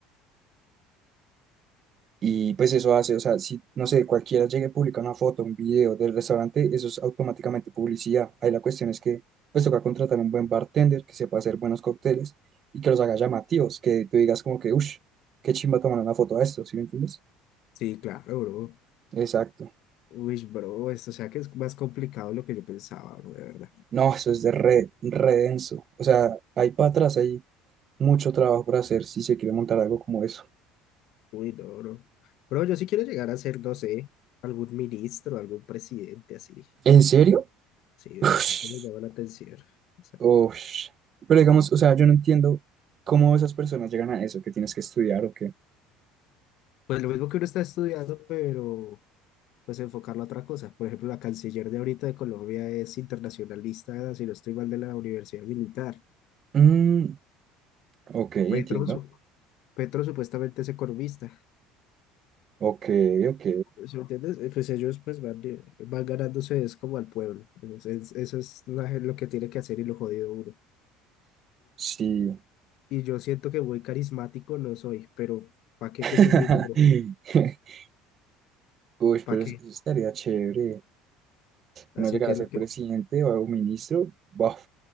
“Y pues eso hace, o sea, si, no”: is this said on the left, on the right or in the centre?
Right